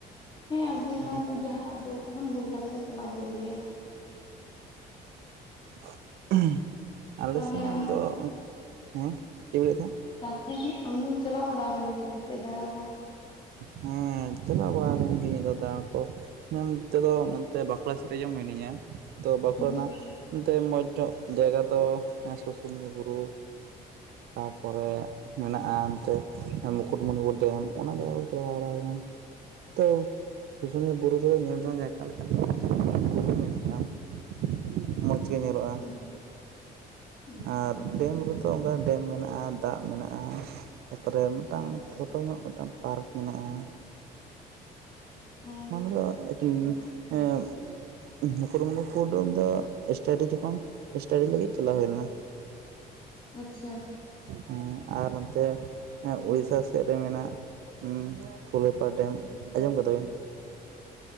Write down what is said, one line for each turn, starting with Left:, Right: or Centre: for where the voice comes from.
Left: ᱦᱮᱸ ᱟᱨ ᱵᱚᱭᱦᱟ
Right: ᱦᱩᱸ,
Left: ᱡᱟᱦᱟᱱᱟᱜ ᱫᱩᱠ ᱛᱚᱠᱷᱚᱱ ᱵᱚᱭᱦᱟ ᱥᱟᱶ ᱪᱟᱞᱟᱜ ᱦᱩᱭᱩᱜ ᱜᱮᱭᱟ᱾
Right: <inaudible> ᱟᱞᱮ
Left: ᱛᱟᱦᱚᱞᱮ
Right: ᱥᱮᱫ
Left: ᱟᱢ
Right: ᱫᱚ, ᱦᱮᱸ ᱪᱮᱫ ᱵᱤᱱ ᱞᱟᱹᱭ ᱮᱫ ᱛᱟᱦᱮᱸᱫ?
Left: ᱛᱟᱦᱚᱞᱮ ᱦᱮᱸ ᱟᱢᱫᱚᱢ ᱪᱟᱞᱟᱣ ᱵᱟᱲᱟ ᱟᱠᱟᱱ ᱜᱮᱭᱟ ᱥᱮ ᱪᱮᱫ ᱫᱟᱬᱟ ᱠᱚ?
Right: ᱦᱮᱸ ᱪᱟᱞᱟᱣ ᱵᱟᱲᱟ ᱠᱟᱱ ᱜᱤᱭᱟᱹᱧ ᱤᱧᱫᱚ ᱫᱟᱬᱟ ᱠᱚ᱾ ᱦᱮᱸ ᱱᱤᱛᱚᱜ ᱫᱚ ᱱᱚᱛᱮ ᱵᱟᱸᱠᱩᱲᱟ ᱥᱮᱫ ᱨᱮ ᱡᱮ ᱢᱤᱱᱟᱹᱧᱟ ᱛᱚ ᱵᱟᱸᱠᱩᱲᱟ
Left: ᱦᱩᱸ
Right: ᱨᱮᱱᱟᱜᱼᱼ ᱮᱱᱛᱮ ᱢᱚᱡᱽ ᱧᱚᱜ ᱡᱟᱭᱜᱟ ᱫᱚ ᱥᱩᱥᱩᱱᱤᱭᱟᱹ ᱵᱩᱨᱩ ᱛᱟᱯᱚᱨᱮ ᱢᱮᱱᱟᱜᱼᱟ ᱚᱱᱛᱮ ᱢᱩᱠᱩᱴᱢᱩᱱᱤᱯᱩᱨ ᱰᱮᱢ ᱚᱱᱟ ᱡᱟᱭᱜᱟᱼᱼ <unintelligible> ᱛᱚ ᱥᱩᱥᱩᱱᱤᱭᱟᱹ ᱵᱩᱨᱩ ᱨᱮ ᱧᱮᱞ ᱡᱚᱝ ᱡᱟᱭᱜᱟ ᱞᱮᱠᱟ ᱫᱚ <unintelligible> ᱢᱚᱡᱽ ᱜᱮ ᱧᱮᱞᱚᱜᱼᱟ
Left: ᱦᱩᱸ ᱦᱩᱸ
Right: ᱟᱨ ᱰᱮᱢ ᱨᱮᱫᱚ ᱚᱱᱠᱟ ᱰᱮᱢ ᱢᱮᱱᱟᱜᱼᱟ ᱫᱟᱜ ᱢᱮᱱᱟᱜᱼᱟ᱾ ᱛᱟᱯᱚᱨᱮ ᱢᱤᱫᱴᱟᱝ
Left: ᱦᱩᱸ
Right: ᱪᱷᱳᱴᱚ ᱧᱚᱜ ᱢᱤᱫᱴᱟᱝ ᱯᱟᱨᱠ ᱢᱮᱱᱟᱜᱼᱟ᱾
Left: ᱚ
Right: <unintelligible> ᱫᱚ ᱮᱸ ᱢᱩᱠᱩᱴᱢᱚᱱᱩᱱᱤ ᱯᱩᱨ ᱫᱚ ᱥᱴᱟᱰᱤ ᱡᱚᱠᱷᱚᱱ ᱥᱴᱟᱰᱤ ᱞᱟᱹᱜᱤᱫ ᱪᱟᱞᱟᱣ ᱦᱩᱭ ᱞᱮᱱᱟ᱾ ᱻ
Left: ᱟᱪᱪᱷᱟ
Right: ᱦᱮᱸ ᱟᱨ ᱚᱱᱛᱮ ᱩᱲᱤᱥᱟ ᱥᱮᱫ ᱨᱮ ᱢᱮᱱᱟᱜᱼᱼ ᱦᱩᱸ ᱥᱩᱞᱮᱯᱟᱨ ᱰᱮᱢ ᱟᱸᱡᱚᱢ ᱠᱟᱫᱟ ᱵᱤᱱ?